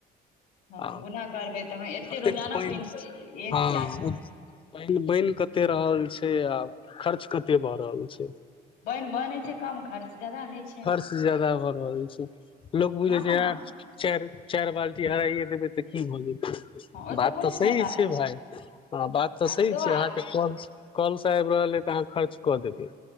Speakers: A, on the left; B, on the left.
A: हँ
B: आ
A: गुना करबै तखन एते
B: कतेक
A: रोजाना
B: पानि
A: के एक
B: हँ,
A: चाही
B: पानि बनि कते रहल छैय से आ खर्च कते भए रहल छैय।
A: पाइन बनैय छैय कम खर्च जैयदा होइ छैय।
B: खर्च ज्यादा भ रहल छैय लोक बुझैय
A: इएह
B: छैय
A: पर ने
B: ऐं चारि-चारि बाल्टी हराइए देबैय त की भ जेतैय।
A: हँ ओहिसँ
B: बात
A: कोनो
B: तऽ सही
A: फायदा
B: छैय
A: नहि
B: भाय, ह बात तऽ
A: आ
B: सही
A: तो
B: छैय
A: आ
B: अहाँके कल सँ आइब रहल ऐ तऽ अहाँ खर्च कऽ देबैय।